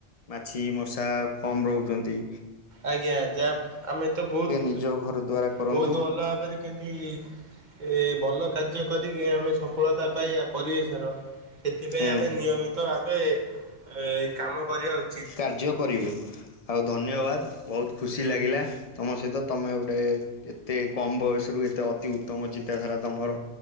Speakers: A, on the left; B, on the right.
A: ମାଛି ମଶା କମ୍ ରହୁଚନ୍ତି।
B: ଆଜ୍ଞା ଯାହା, ଆମେ ତ ବହୁତ୍,
A: ନିଜ ଘର ଦ୍ଵାରା କରନ୍ତୁ।
B: ବହୁତ୍ ଭଲ ଭାବରେ କେମିତି ଏ ଭଲ କାର୍ଯ୍ୟ କରିକି ଆମେ ସଫଳତା ପାଇବା ପରିବେଶର ସେଥିପାଇଁ
A: ହୁଁ
B: ଆମେ ନିୟମିତ ଭାବେ ଏ କାମ କରିବା ଉ
A: କାର୍ଯ୍ୟ କରିବେ, ଆଉ ଧନ୍ୟବାଦ, ବହୁତ ଖୁସି ଲାଗିଲା। ତମ ସହିତ ତମେ ଗୋଟେ ଏତେ କମ ବୟସ୍ ରୁ ଏତେ ଅତି ଉତ୍ତମ ଚିନ୍ତାଧାରା ତମର।